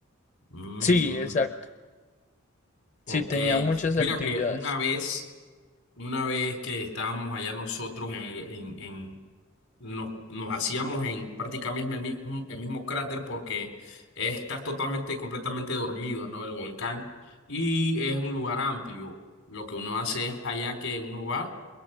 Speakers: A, on the left; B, on the left.
A: Ujú,
B: Sí, exacto. Sí,
A: Ok,
B: tenía muchas actividades.
A: mira que una vez, una vez que estábamos allá nosotros en, en- en- nos, nos hacíamos en prácticamente el mismo, el mismo cráter porque estás totalmente, completamente dormido, ¿no? El volcán y es un lugar amplio. Lo que uno hace es allá que uno va.